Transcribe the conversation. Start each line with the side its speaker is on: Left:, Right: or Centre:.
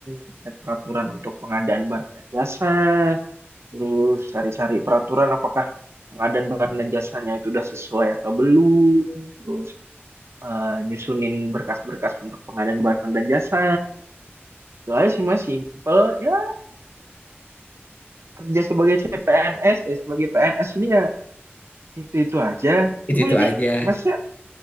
Right: terkait peraturan untuk pengadaan barang dan jasa, terus cari-cari peraturan apakah pengadaan barang dan jasanya itu udah sesuai atau belum, terus eh, nyusunin berkas-berkas untuk pengadaan barang dan jasa. Itu aja sih mas, simple. Ya kerja sebagai CPNS, eh, sebagai PNS ini ya itu-itu aja.
Left: Itu
Right: Cuma
Left: itu
Right: ini
Left: aja.
Right: masnya